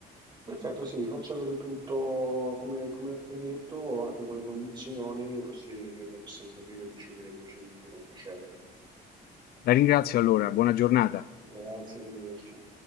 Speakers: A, on the right (about 25°); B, on the left (about 65°).
A: Perfetto, sì, mi faccia avere tutto come come detto, anche con le condizioni, così noi poi possiamo capire e decidere velocemente come procedere.
B: La ringrazio allora, buona giornata.
A: Grazie, arrivederci.